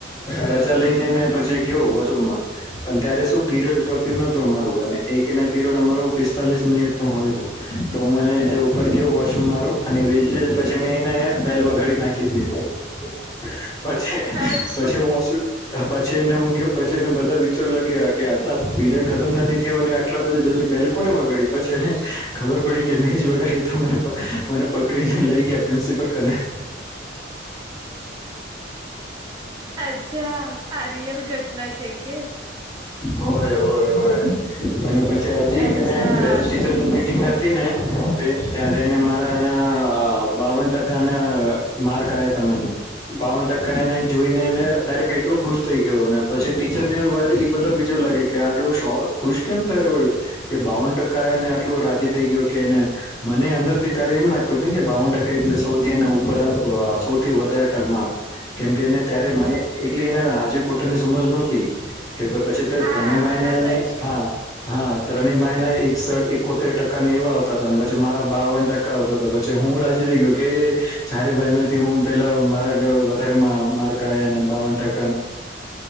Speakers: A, on the left (about 20°); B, on the right (about 20°).
A: રજા લઈને પછી ક વસુમમાં પણ ત્યારે શું <inaudible> પીરિયડ પત્યું નહત અરું અને એકને પીરિયડ અમારું પિસ્તાલીસ મિનિટ હોય રહ્યો તો હું એને ઉપર ગયો વોશરૂમ મારો અને પછી મેં એને બેલ વગાડી નાખી દી હતી. પછ
B: અચ્છા
A: પછી હું છું પછી એને હું કયો પછી એને બધા વિચાર લગે કે અલા. પીરિયડ ખતમ નથી થ અને એટલા બધા જલ્દી બેલ કોને વગાડી પછી એને ખબર પડી કે મે જ વગાડી તો મને મને પકડીને લઈ ગયા. પ્રિન્સિપલ કને
B: અચ્છા આ રિયલ ઘટના છે કે.
A: હોય હોય હોય. અને પછી હજી
B: અચ્છા
A: પેરે ટીચરની મિટિંગ હતી ને. ત્યારે એને મારાના બાવન ટકા ના માર્ક આવયા તને બાવન ટકા એને જોઈને એટલો ખુશ થઈ ગયું ને પછી ટીચર ને એ બધા બ. જો લાગે કે આટલું શો ખુશ કેમ થઈ રહ્યું કે બાવન ટકા એને આટલું રાજી થઈ ગયું કે એને મને અંદર થી ત્યારે એમ લાગતું હતુંને કે બાવન ટકા એટલે સૌથી એ ઉપર આહ સૌથી વધારે તરમાર્ક કેમકે એને ત્યારે મને એટલી એને આજે કોટરની સમજ નહતી તો
B: હા
A: ત્રણેમાઈને
B: બરાબર
A: ને
B: છે
A: હા હા ત્રણે ભાઈને એકસઠ એકોતેર ટકા ને એવા આવતા હતા પછી મારા બાવન ટકા આવતા હતા પછી હું રાજી થઈ ગયો કે જારે ભાઈથી હું પેલા મારા ગ વધારે માર્ક આવ્યા ને બાવન ટ